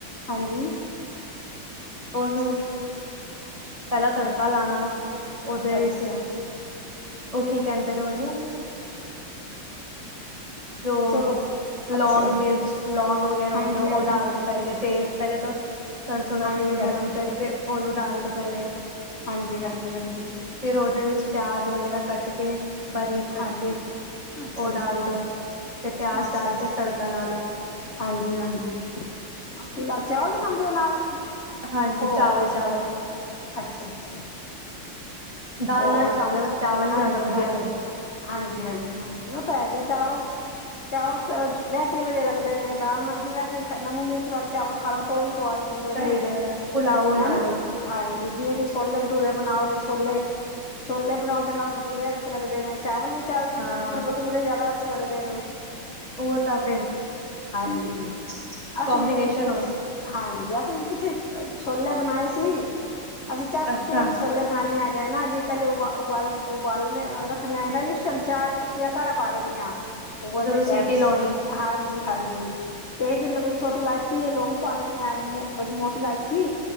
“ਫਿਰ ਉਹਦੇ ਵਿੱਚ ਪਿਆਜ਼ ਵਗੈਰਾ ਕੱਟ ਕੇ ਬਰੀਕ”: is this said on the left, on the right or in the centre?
Right